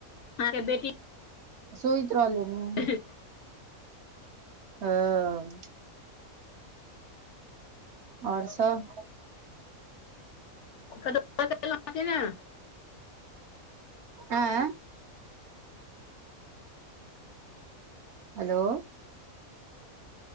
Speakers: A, on the left; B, on the right.
A: अहके बेटी
B: सुति रहलै ने
A: <unintelligible>
B: हँ। ओर सब।
A: ल ने <inaudible>
B: आँ हेलो।